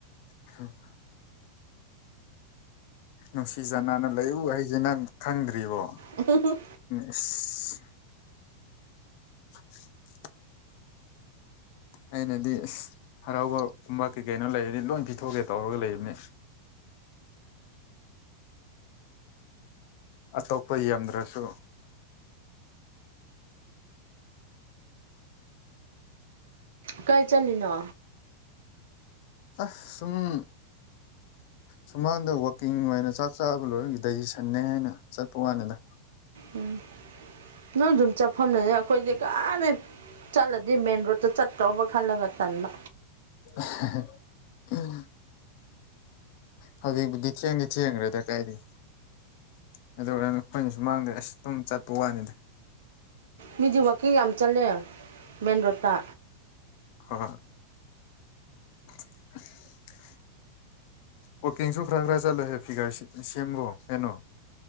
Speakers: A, on the left (about 50°); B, on the right (about 60°).
A: ꯈꯔꯕ ꯅꯨꯡꯁꯤ ꯆꯥꯟꯅꯅ ꯂꯩꯌꯨ ꯍꯥꯏꯁꯦ ꯅꯪ ꯈꯪꯗ꯭ꯔꯤꯕꯣ
B: ꯎꯝ ꯍꯝ ꯍ
A: ꯏꯁ <inaudible> ꯑꯩꯅꯗꯤ ꯏꯁ ꯍꯔꯥꯎꯕꯒꯨꯝꯕ ꯀꯩ ꯀꯩꯅꯣ ꯂꯩꯔꯗꯤ ꯂꯣꯏ ꯄꯤꯊꯣꯛꯀꯦ ꯇꯧꯔꯒ ꯂꯩꯕꯅꯦ ꯑꯇꯣꯞꯄ ꯌꯦꯟꯗ꯭ꯔꯁꯨ
B: ꯀꯥꯏ ꯆꯠꯂꯤꯅꯣ
A: ꯑꯁ ꯁꯨꯝ ꯁꯨꯃꯥꯡꯗ ꯋꯥꯛꯀꯤꯡ ꯑꯣꯏꯅ ꯆꯥꯛ ꯆꯥꯕ ꯂꯣꯏꯔ ꯗꯥꯏꯖꯦꯁꯟꯅꯦ ꯍꯥꯏꯅ ꯆꯠꯄ ꯋꯥꯅꯤꯗꯥ
B: ꯎꯝ ꯅꯣꯏ ꯗꯨꯝ ꯆꯠꯐꯝ ꯂꯩꯌꯦ ꯑꯩꯈꯣꯏꯗꯤ ꯀꯥꯏꯗꯩꯩ ꯆꯠꯂꯗꯤ ꯃꯦꯟꯔꯣꯠꯇ ꯆꯠꯇꯧꯕ ꯈꯜꯂꯒ ꯇꯟꯕ
A: ꯑꯍꯍ <unintelligible> ꯎꯝ ꯍ ꯍꯌꯦꯡ ꯕꯨꯗꯤ ꯊꯦꯡꯗꯤ ꯊꯦꯡꯒꯔ꯭ꯦꯗ ꯀꯥꯏꯗꯩꯅꯣ ꯀꯩꯗꯧꯋꯦ ꯍꯥꯏꯅꯣ ꯑꯩꯈꯣꯏꯅ ꯁꯨꯃꯥꯡꯗ ꯑꯁ ꯇꯨꯝ ꯆꯠꯄ ꯋꯥꯏꯅꯗ꯫
B: ꯃꯤꯗꯤ ꯋꯥꯛꯀꯤꯡ ꯌꯥꯝ ꯆꯠꯂꯦ ꯃꯦꯟ ꯔꯣꯠꯇ꯫
A: ꯍꯣꯏ꯫ ꯑꯁ꯫ ꯋꯥꯀꯤꯡꯁꯨ ꯈꯔ ꯈꯔ ꯆꯠꯂ ꯍꯦ ꯐꯤꯒꯔ ꯁꯦꯝꯃꯣ ꯀꯩꯅꯣ꯫